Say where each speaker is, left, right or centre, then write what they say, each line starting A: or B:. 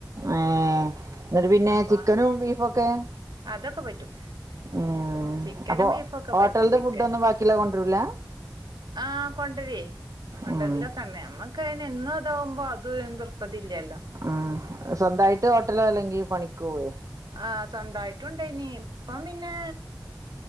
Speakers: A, on the right; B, on the right.
A: ഏഹ്. ന്നട്ട് പിന്നെ
B: അപ്പൊ
A: ചിക്കനും ബീഫൊക്കെ?
B: അതൊക്കെ പറ്റും
A: ഉം ആഹ്.
B: ചിക്കനും
A: അപ്പൊ
B: ബീഫൊക്കെ
A: ഹോട്ടൽന്റെ
B: പറ്റും ചിക്കൻ
A: ഫുഡ് ഒന്നും ബാക്കിള്ളത് കൊണ്ട്രൂല്ല?
B: ആഹ് കൊണ്ടര്വേ. കൊണ്ടര്ലൊക്കെന്നെ
A: ഉം
B: നമ്മക്ക് അയ്നെന്നു അതാമ്പോ അത് എ തിർപ്പതി ഇല്ലല്ലോ.
A: ആഹ് സ്വന്തായിട്ട് ഹോട്ടലാ അല്ലെങ്കി പണിക്കോവേ?
B: ആഹ് സ്വന്തായിട്ടുണ്ടെയ്നി. ഇപ്പം പിന്നെ,